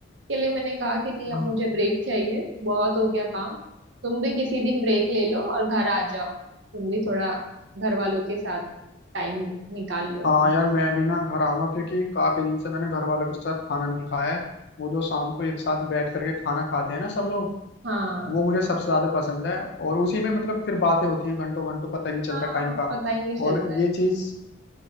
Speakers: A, on the right (about 75°); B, on the left (about 65°).
A: के लिए मैंने कहा कि नहीं
B: हाँ
A: अब मुझे ब्रेक चाहिए बहुत हो गया काम तुम भी किसी दिन ब्रेक ले लो और घर आ जाओ तुम भी थोड़ा घर वालों के साथ टाइम निकाल लो
B: हाँ
A: अपना
B: यार मैं भी ना घर आऊंगा क्योंकि काफी दिन से मैंने घर वालों के साथ खाना नहीं खाया है वो जो शाम को एक साथ बैठ करके खाना खाते हैं ना सब लोग
A: हाँ
B: वो मुझे सबसे ज्यादा पसंद है और उसी में मतलब फिर बातें होती हैं घंटों घंटों पता ही नहीं चलता
A: हाँ
B: टाइम का
A: पता ही नहीं चलता
B: और
A: है
B: ये चीज